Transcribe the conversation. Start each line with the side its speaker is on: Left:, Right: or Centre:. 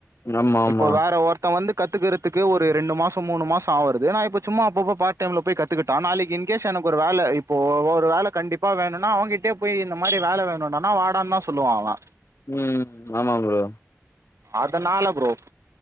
Left: ஆமா ஆமா
Right: இப்போ வேற ஒர்க் த்த வந்து கத்துக்கிறதுக்கு ஒரு ரெண்டு மாசோ மூணு மாசோ ஆவறது ஏனா இப்ப சும்மா அப்பப்ப பார்ட் டைம்ல போய் கத் த்துக்கிட்டா நாளைக்கு இன்கேஸ் எனக்கு ஒரு வேல இப்போ ஒ ஒரு வேல கண்டிப்பா வேணுனா அவங்கிட்டயே போயி இந்த மாரி வேல வேணுனா னா வாடான்தா சொல்லுவா அவ
Left: ம் ஆமா ப்ரோ
Right: அதனால ப்ரோ